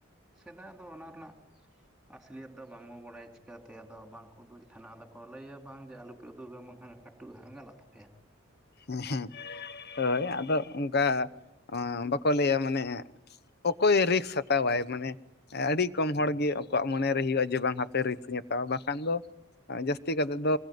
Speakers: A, in the centre; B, on the left (about 55°).
A: ᱥᱮᱫᱟᱭ ᱫᱚ ᱚᱱᱟ ᱨᱮᱱᱟᱜ ᱟᱥᱤᱞᱤᱭᱮᱫ ᱫᱚ ᱵᱟᱝᱵᱚ ᱵᱟᱲᱟᱭᱟ ᱪᱤᱠᱟᱹᱛᱮ ᱟᱫᱚ ᱵᱟᱝᱠᱚ ᱩᱫᱩᱜᱮᱫ ᱛᱟᱦᱮᱱᱟ ᱟᱫᱚ ᱠᱚ ᱞᱟᱹᱭᱟ ᱵᱟᱝ ᱜᱮ ᱟᱞᱩ ᱯᱮ ᱩᱫᱩᱜᱟ ᱵᱟᱝᱠᱷᱟᱱ ᱠᱟᱹᱴᱩᱡ ᱦᱚᱸ ᱜᱟᱞᱟ ᱛᱟᱯᱮᱭᱟ᱾
B: <unintelligible> ᱦᱳᱭ ᱟᱫᱚ ᱚᱱᱠᱟ ᱵᱟᱠᱚ ᱞᱟᱹᱭᱟ ᱢᱟᱱᱮ ᱚᱠᱚᱭ ᱨᱤᱠᱥ ᱦᱟᱛᱟᱣᱟᱭ ᱢᱟᱱᱮ ᱟᱹᱰᱤ
A: ᱦᱮᱸ
B: ᱠᱚᱢ ᱦᱚᱲᱜᱮ ᱠᱟᱜ ᱢᱚᱱᱮᱨᱮ ᱦᱩᱭᱩᱜᱼᱟ ᱡᱮ ᱵᱟᱝ ᱦᱟᱯᱮ ᱨᱤᱠᱥᱧ ᱦᱟᱛᱟᱣᱟ ᱵᱟᱝᱠᱷᱟᱱ ᱫᱚ ᱡᱟᱹᱥᱛᱤ ᱠᱟᱛᱮᱫ ᱫᱚ